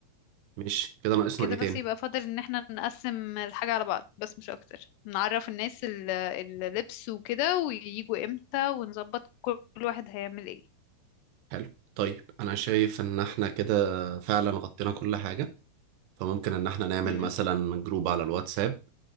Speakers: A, on the right; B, on the left.
A: ماشي كده ناقصنا
B: كده
A: ايه تاني
B: بس يبقى فاضل ان احنا نقسم الحاجه على بعض بس مش اكتر نعرف الناس ال- اللبس وكده وييجوا امتى ونظبط كل واحد هيعمل ايه
A: حلو طيب انا شايف ان احنا كده فعلا غطينا كل حاجة فممكن ان احنا نعمل
B: امم
A: مثلا جروب على الواتساب